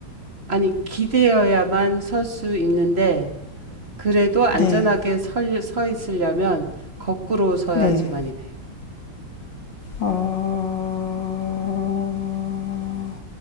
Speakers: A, on the right (about 30°); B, on the left (about 65°).
A: 아니, 기대어야만 설 수 있는데, 그래도 안전하게
B: 네,
A: 설, 서 있으려면 거꾸로 서야지만이
B: 네.
A: 돼요.
B: 어,